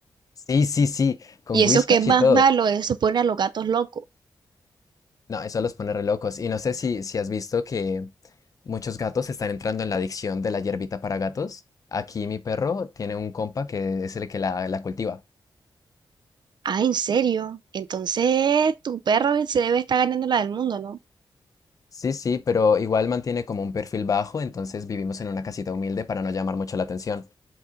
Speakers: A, on the left; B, on the right.
A: Sí, sí, sí, con
B: Y eso
A: whiskas
B: que es más
A: y todo.
B: malo, eso pone a los gatos locos.
A: No, eso los pone re locos. Y no sé si, si has visto que muchos gatos están entrando en la adicción de la hierbita para gatos. Aquí mi perro tiene un compa que es el que la la cultiva.
B: Ah, ¿en serio? Entonces tu perro se debe estar ganando la del mundo, ¿no?
A: Sí, sí, pero igual mantiene como un perfil bajo, entonces vivimos en una casita humilde para no llamar mucho la atención.